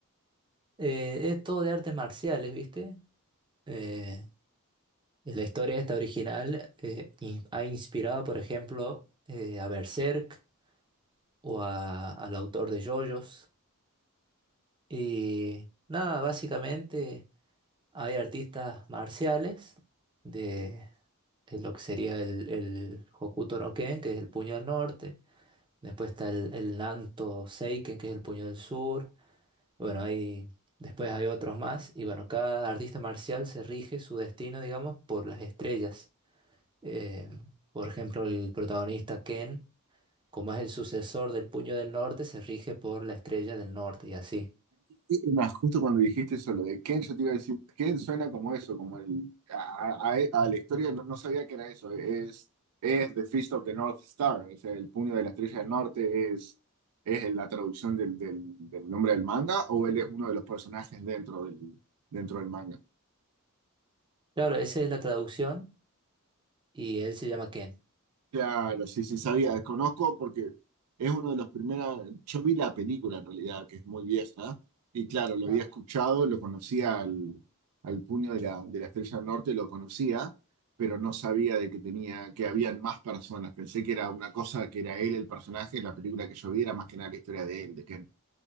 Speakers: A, on the right (about 20°); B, on the right (about 80°).
A: Eh, es todo de artes marciales, ¿viste? Eh, la historia esta original eh, in- ha inspirado, por ejemplo, eh, a Berserk. o a- al autor de JoJo's. Y nada, básicamente hay artistas marciales de, de lo que sería el, el Hokuto no Ken, que es el puño del norte. Después está el, el Nanto Seiken, que es el puño del sur. Bueno, hay, después hay otros más. Y bueno, cada artista marcial se rige su destino, digamos, por las estrellas. Eh, por ejemplo, el protagonista Ken, como es el sucesor del puño del norte, se rige por la estrella del norte y así.
B: Y Más justo cuando dijiste eso, lo de Ken, yo te iba a decir, Ken suena como eso, como el, a, a- a la historia, no, no sabía que era eso, es, es The Fist of the North Star, es el puño de la estrella del norte, es, es la traducción del, del- del nombre del manga, o él es uno de los personajes dentro del, dentro del manga.
A: Claro, esa es la traducción y él se llama Ken.
B: Claro, sí, sí, sabía, desconozco porque es uno de los primeros, yo vi la película en realidad, que es muy vieja, y claro, lo había
A: Ah.
B: escuchado, lo conocía al, al puño de la, de la Estrella del Norte, lo conocía, pero no sabía de que tenía, que habían más personas, pensé que era una cosa, que era él el personaje, la película que yo vi era más que nada la historia de él, de Ken,